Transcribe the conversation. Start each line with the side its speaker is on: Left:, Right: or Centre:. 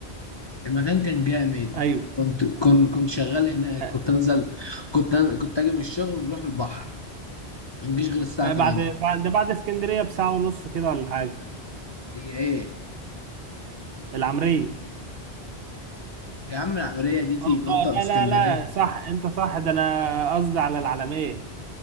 Left: المكان كان جامد
Right: ايوه
Left: كنت كنت كنت شغال هناك
Right: آه،
Left: كنت انزل كنت أن- كنت اجي من الشغل ونروح البحر ما نجيش غير الساعه
Right: ما
Left: 8
Right: بعد بعد ده بعد اسكندريه بساعه ونص كده ولا حاجه
Left: هي ايه
Right: العمريه
Left: يا عم العمريه دي تي
Right: اه
Left: منطقه في
Right: لا
Left: اسكندريه
Right: لا لا صح انت صح ده انا قصدي على العلمية